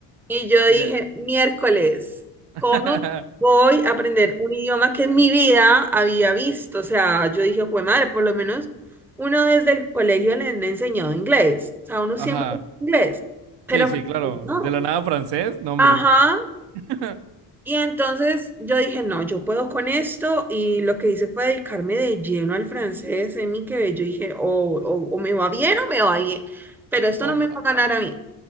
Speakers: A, in the centre; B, on the right (about 75°).
A: Y yo dije,
B: Ya.
A: miércoles,
B: <laughs>
A: ¿cómo voy a aprender un idioma que en mi vida había visto? O sea, yo dije, jue madre, por lo menos uno desde el colegio le han enseñado inglés. O sea, uno
B: Ajá.
A: siempre es inglés,
B: Sí,
A: pero
B: sí,
A: francés
B: claro.
A: no.
B: De la nada francés, nombre.
A: Ajá.
B: <laughs>
A: Y entonces yo dije, no, yo puedo con esto. Y lo que hice fue dedicarme de lleno al francés en mi que yo dije, o, o, o me va bien o me va bien, pero esto
B: Oh,
A: no me va a ganar a mí.